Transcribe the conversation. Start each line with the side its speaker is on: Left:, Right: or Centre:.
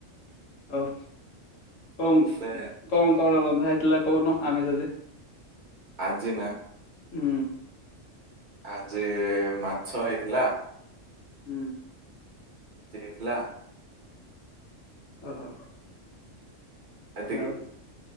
Left: ଆଉ। କଙ୍କ
Right: ହେଲେ
Left: କଙ୍କ। କଳ ରନ୍ଧା ହେଇଥିଲା କହୁନ ଆମିଷ ଯେ
Right: ଆର୍ଜିନା।
Left: ହୁଁ।
Right: ଆଜି ମାଛ ହେଇଥିଲା।
Left: ହୁଁ।
Right: ସେଥିଲା।
Left: ଓ ହୋ।
Right: ଏତିକି।
Left: ଆଉ।